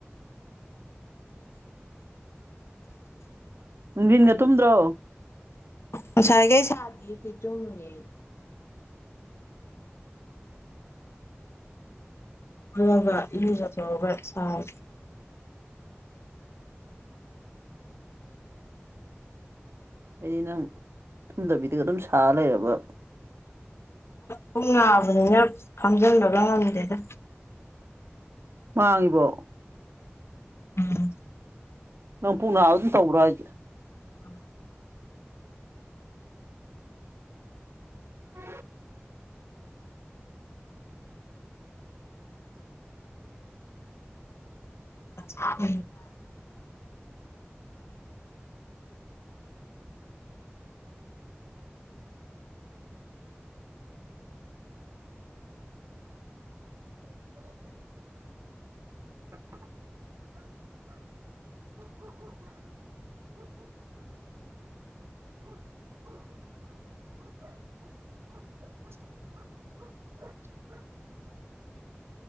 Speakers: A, on the right; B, on the left.
A: ꯅꯨꯡꯊꯤꯟꯒ ꯇꯨꯝꯗ꯭ꯔꯣ
B: ꯉꯁꯥꯏꯈꯩ ꯁꯥꯗꯦꯌꯦ ꯐꯤ ꯇꯨꯝꯃꯨꯏꯅꯦ ꯑꯩ <unintelligible> ꯒ ꯏꯔꯨꯖꯊꯣꯛꯑꯒ ꯁꯥꯔꯦ
A: ꯑꯩꯗꯤ ꯅꯪ ꯇꯨꯝꯗꯕꯤꯗꯒ ꯑꯗꯨꯝ ꯁꯥꯔ ꯂꯩꯔꯕ
B: ꯄꯨꯡ ꯅꯥꯕꯅꯤꯅ ꯐꯝꯖꯤꯟꯕꯕ ꯉꯝꯗꯦꯗ
A: ꯃꯥꯡꯉꯤꯕꯣ
B: ꯎꯝ
A: ꯅꯪ ꯄꯨꯡ ꯅꯥꯕ ꯑꯗꯨꯝ ꯇꯧꯕ꯭ꯔꯣ ꯍꯥꯏꯁꯦ
B: <unintelligible>
A: ꯎ
B: ꯍ ꯎ
A: <unintelligible> <unintelligible> <inaudible> <inaudible> <unintelligible> <inaudible> <inaudible>